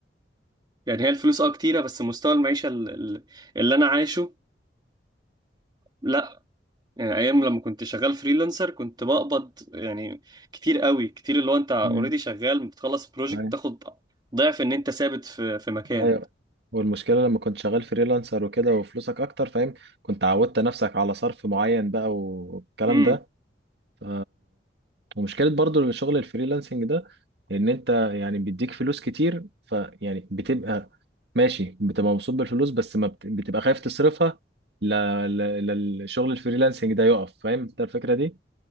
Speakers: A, on the right (about 25°); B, on the right (about 65°).
A: يعني هي الفلوس اه كتيره بس مستوى المعيشه ال- ال- اللي انا عايشه لا يعني ايام لما كنت شغال فريلانسر كنت بقبض يعني كتير قوي كتير اللي هو انت اوريدي
B: امم
A: شغال بتخلص بروجكت
B: ايوه
A: تاخد ضعف ان انت ثابت في في مكان
B: ايوه والمشكله لما كنت شغال فريلانسر وكده وفلوسك اكتر فاهم كنت عودت نفسك على صرف معين بقى والكلام
A: امم
B: ده ف... ومشكله برضو الشغل الفريلانسنج ده ان انت يعني بيديك فلوس كتير فيعني بتبقى ماشي بتبقى مبسوط بالفلوس بس ما بت... بتبقى خايف تصرفها ل... ل... للشغل الفريلانسنج ده يقف فاهم انت الفكره دي